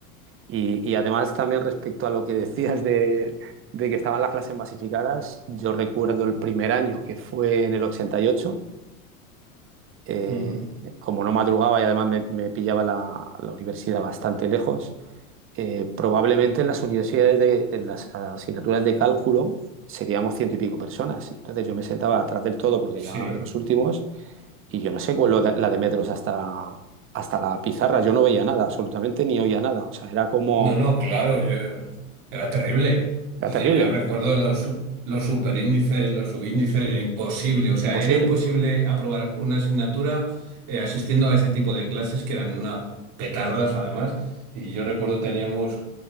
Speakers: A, on the right; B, on the right.
A: Y, y además también respecto a lo que decías de, de que estaban las clases masificadas, yo recuerdo el primer año que fue en el 88, eh,
B: Ujú.
A: como no madrugaba y además me, me pillaba la, la universidad bastante lejos, eh, probablemente en las universidades, de, en las asignaturas de cálculo, seríamos ciento y pico personas. Entonces yo me sentaba atrás del todo porque
B: Sí.
A: ya era de los últimos y yo no sé cuál era la de metros hasta, hasta la pizarra. Yo no veía nada, absolutamente ni oía nada. O sea, era como,
B: No, no, claro, yo era terrible.
A: era
B: Es
A: terrible,
B: decir, yo recuerdo los, los superíndices, los subíndices, era imposible. O sea,
A: imposible.
B: era imposible aprobar una asignatura eh, asistiendo a ese tipo de clases que eran unas petardas, además. Y yo recuerdo teníamos.